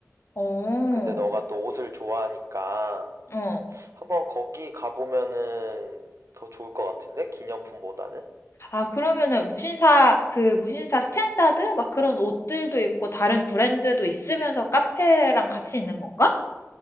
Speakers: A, on the left; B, on the right.
A: 어.
B: 근데 너가 또 옷을 좋아하니까
A: 어.
B: 한번 거기 가보면은 더 좋을 것 같은데? 기념품보다는?
A: 아, 그러면은 무신사, 그 무신사 스탠다드? 막 그런 옷들도 있고 다른 브랜드도 있으면서 카페랑 같이 있는 건가?